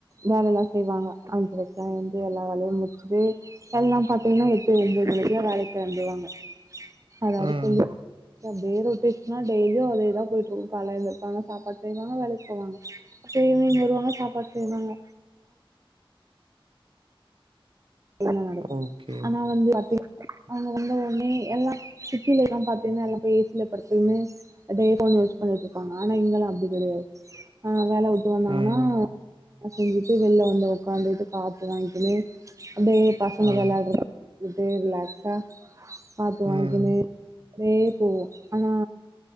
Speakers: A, on the right; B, on the right.
A: வேல எல்லா செய்வாங்க அஞ்சறக்குலா எழுந்து எல்லா வேலயு முடிச்சுட்டு எல்லா பத் இல்லன்னா எட்டு ஒன்பது மணிக்குலா வேலைக்கு கெளம்பிடுவாங்க அதாவது
B: ம்.
A: கொள்ள அந்த ஏரியா போயட்டனா டெய்லியும் அதேதான் போயிட்டு இருக் கால எலுந்து இருப்பாங்க சாப்பாடு செய்வாங்க வேலைக்கு போவாங்க இவினிங் வருவாங்க சாப்பாடு செய்வாங்க என்னலா நடக்கு
B: ஓகே.
A: ஆனா வந்து அத்தக் அவங்க வந்து உடனே எல்லா சிட்டிலல்லா பாத்தீங்கன்னா எல்லா ஏசியில படுத்துக்குனு டே கொஞ்சயூஸ் பண்ணிட்டு இருக்காங்க ஆனா இங்கல்லா அப்டி கெடையாது ஆ வேல ட்டு வந்தனாங்கனா
B: ம்.
A: செஞ்சுட்டு வெள்ல வந்து உக்காந்துட்டு காத்து வாங்கிக்கினு அப்டியே பசங்க
B: ஆமா.
A: விளாடிட்டு ரிலாக்ஸா காத்து
B: ம்,
A: வாங்கிங்கினு அப்டியே போவு ஆனா